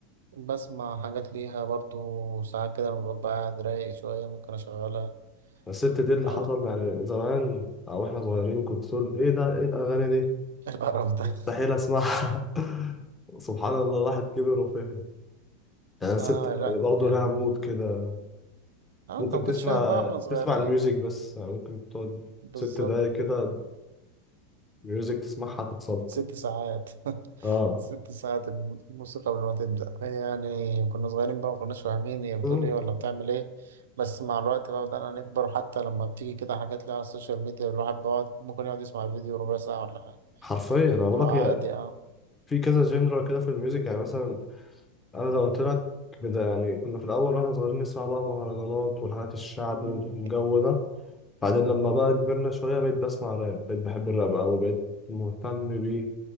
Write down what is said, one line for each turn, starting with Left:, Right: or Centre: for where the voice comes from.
Right: بسمع حاجات ليها برضه ساعات كده لما ببقى قاعد رايق شوية ممكن اشغلها
Left: الست دي اللي
Right: ف
Left: حصل يعني زمان أو إحنا صغيرين كنت تقول إيه ده إيه الأغاني دي
Right: <laughs> القرف ده
Left: مستحيل أسمعها <laughs> سبحان الله الواحد كبر وفهم يعني الست
Right: اه لا
Left: يعني برضه
Right: يعني
Left: لها مود كده
Right: اه
Left: ممكن
Right: انت ما كنتش
Left: تسمع
Right: فاهم بقى واحنا صغيرين
Left: تسمع الميوزك بس يعني ممكن تقعد
Right: بالظبط
Left: ست دقايق كده ميوزك تسمعها تتصد
Right: ست ساعات <laughs>
Left: اه
Right: ست ساعات الموسيقى قبل ما تبدأ هي يعني كنا صغيرين بقى ما كناش فاهمين هي بتقول
Left: مم.
Right: ايه ولا بتعمل ايه بس مع الوقت بقى بدأنا نكبر حتى لما بتيجي كده حاجات لها على السوشيال ميديا الواحد بيقعد ممكن يقعد يسمع الفيديو ربع ساعة ولا حاجة
Left: حرفيا انا بقول
Right: لو
Left: لك
Right: عادي
Left: هي
Right: اه
Left: في كذا جنرا كده في الميوزك يعني مثلا انا لو قلت لك بدا يعني كنا في الاول واحنا صغيرين نسمع بقى مهرجانات والحاجات الشعب
Right: مم.
Left: والجو ده بعدين لما بقى كبرنا شويه بقيت بسمع راب بقيت بحب الراب قوي بقيت مهتم بيه